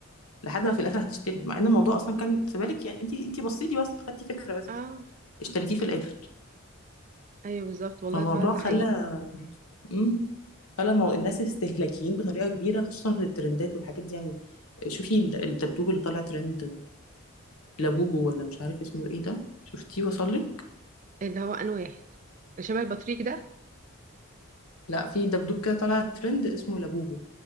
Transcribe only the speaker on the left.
لحد ما في الاخر هتشتري مع ان الموضوع اصلا كان في بالك يعني انت انت بصيتي بس خدتي فكرة بس
اشتريتيه في الاخر
فالموضوع
خلى
امم خلى المو... الناس استهلاكيين بطريقة كبيرة خصوصا الترندات والحاجات دي يعني شوفي ال- الدبدوب اللي طالع ترند لابوبو ولا مش عارف اسمه ايه ده شفتيه وصل لك
لا في دبدوب كده طلع ترند اسمه لابوبو